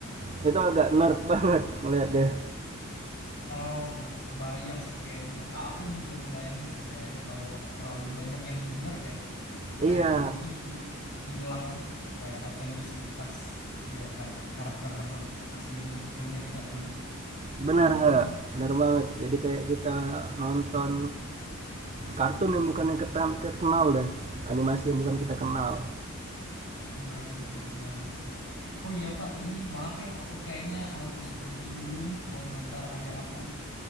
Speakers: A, on the right (about 30°); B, on the left (about 60°).
A: itu agak nerd <laughs> banget melihatnya
B: Oh, kebayang sih kayaknya. Ah, aku juga ngebayangin sih kayaknya kalau terlalu banyak yang di nerf ya.
A: iya
B: kayak jadi hi- hilang apa ya otentisitas ya kar- karakter aslinya gitu yang udah kita kenal.
A: benar
B: Hmm,
A: nggak benar banget
B: oke.
A: jadi kayak kita nonton kartun yang
B: Mm-mm.
A: bukan yang kita kita kenal deh animasi yang bukan kita kenal
B: Kebayang sih, kebayang sih. Oh iya Kak, ini maaf ya, aku kayaknya harus pergi dulu nih mau ngantar adik aku.